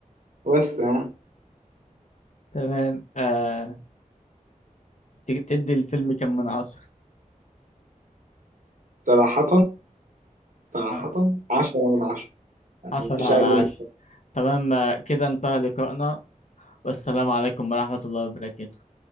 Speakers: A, on the right; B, on the left.
A: وبس يعني
B: تمام أه ت- تدي الفيلم كم من عشرة
A: صراحه صراحه
B: آه،
A: 10 من 10 يعني
B: عشرة
A: مفيش
B: على
A: اقل
B: عشرة
A: من
B: تمام آه، كده انتهى لقائنا والسلام عليكم ورحمة الله وبركاته